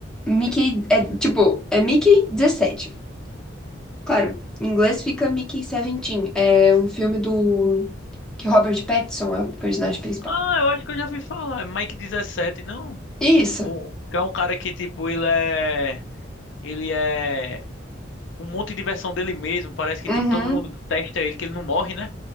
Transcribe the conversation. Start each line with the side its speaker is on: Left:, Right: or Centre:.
Centre: Mickey, é tipo, é Mickey 17. Claro, em inglês fica Mickey 17. É um filme do... que o Robert Pattinson é o personagem principal.
Left: Ah, eu acho que eu já vi falar. É Mike 17, não?
Centre: Isso.
Left: O, que é um cara que, tipo, ele é. Ele é. Um monte de versão dele mesmo. Parece que,
Centre: Uhum.
Left: tipo, todo mundo testa ele, que ele não morre, né?